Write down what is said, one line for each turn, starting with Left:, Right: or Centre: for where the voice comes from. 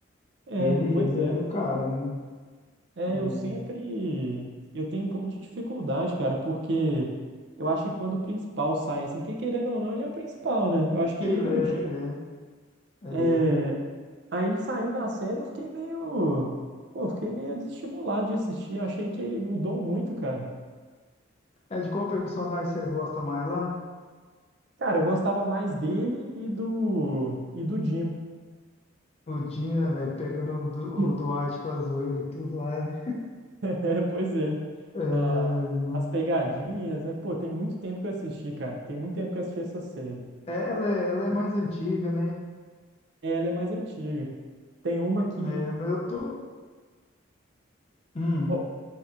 Right: É,
Left: Ele,
Right: pois
Left: ele
Right: é.
Left: era o cara, né?
Right: É,
Left: É.
Right: eu sempre. Eu tenho um pouco de dificuldade, cara, porque eu acho que quando o principal sai, assim, porque querendo ou não, ele é o principal, né? Eu acho que
Left: Ele
Right: ele
Left: é,
Right: e o Jim.
Left: ele é,
Right: É,
Left: ele
Right: aí ele saiu da série, eu fiquei meio. Pô, eu fiquei meio desestimulado de assistir. Achei que mudou muito, cara.
Left: é. É de qual personagem você gosta mais lá?
Right: Cara, eu gostava mais dele e do e do Jim.
Left: O Jim, né, velho? Pegando o, Du-
Right: Hum.
Left: o Dwight
Right: <laughs>
Left: com a zoeira, tudo lá, né?
Right: É, pois é.
Left: É,
Right: Ah,
Left: no-
Right: as pegadinhas, né? Pô, tem muito tempo que eu assisti, cara. Tem muito tempo que eu assisti essa série.
Left: É, ela é, ela é mais antiga, né?
Right: Ela é mais antiga. Tem uma que
Left: É, mas eu tô. Hum,
Right: bom,